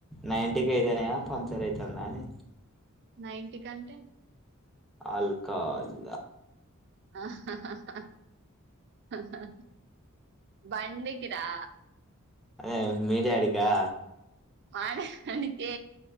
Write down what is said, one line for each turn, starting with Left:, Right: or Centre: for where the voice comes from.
Centre: నైన్టీకి అయితేనేమో పంక్చర్ అయితందా అని
Right: నైంటి కంటే
Centre: ఆల్కహాల్
Right: ఆహ్ అహహహ ఆహా బండికిరా
Centre: అదే మీ డాడీకా
Right: మా డాడీకే